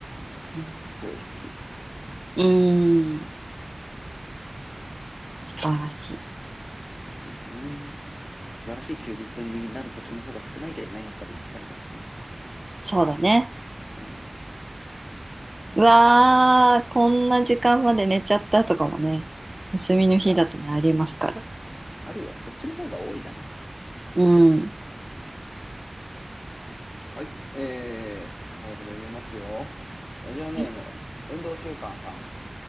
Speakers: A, on the right (about 25°); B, on the left (about 50°).
A: うん、
B: すごい好き。
A: うーん、素晴らしい。
B: 好きだね。素晴らしい休日になることの方が少ないけどね、やっぱり疲れちゃってね。
A: そうだね。
B: うん。
A: うわー、こんな時間まで寝ちゃったとかもね、休みの日だとね、
B: いや、
A: ありますから。
B: あるよ。そっちの方が多いじゃん。
A: うん。
B: はい。えー、まだまだ読めますよ。ラジオネーム、
A: え
B: 運動習慣さん。